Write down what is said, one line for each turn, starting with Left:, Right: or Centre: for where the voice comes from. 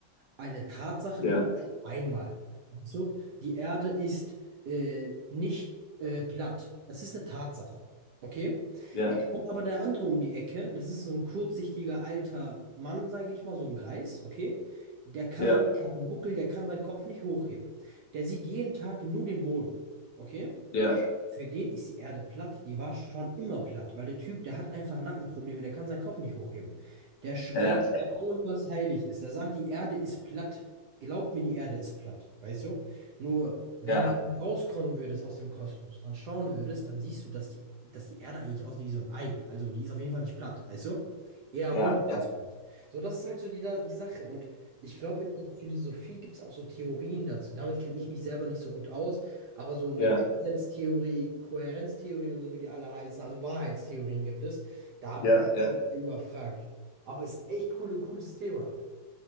Right: Eine Tatsache
Left: ja,
Right: gibt es nur einmal. Weißt du? Die Erde ist äh, nicht äh, platt. Das ist eine Tatsache. Okay?
Left: ja,
Right: Jetzt kommt aber der andere um die Ecke. Das ist so ein kurzsichtiger alter Mann, sage ich mal, so ein Greis. Okay? Der kann,
Left: ja,
Right: hat einen Buckel, der kann seinen Kopf nicht hochheben. Der sieht jeden Tag nur den Boden. Okay?
Left: ja,
Right: Für den ist die Erde platt, die war schon immer platt, weil der Typ, der hat einfach Nackenprobleme, der kann seinen Kopf nicht hochheben. Der schwört
Left: ja,
Right: bei allem, was heilig ist. Der sagt, die Erde ist platt. Glaubt mir, die Erde ist platt, weißt du? Nur, wenn
Left: ja,
Right: du rauskommen würdest aus dem Kosmos und dann schauen würdest, dann siehst du, dass die, dass die Erde eigentlich aussieht wie so ein Ei. Also, die ist auf jeden Fall nicht platt, weißt du? Eher
Left: ja,
Right: rund
Left: ja,
Right: als platt. So, das ist halt so die, da- die Sache. Und ich glaube, in der Philosophie gibt es auch so Theorien dazu. Damit kenne ich mich selber nicht so gut aus. Aber so eine
Left: ja,
Right: Konsenstheorie, Kohärenztheorie und so, wie die alle heißen, also Wahrheitstheorien gibt es. Da Ja. bin
Left: ja,
Right: ich
Left: ja.
Right: überfragt. Aber es ist ein echt coole, cooles Thema.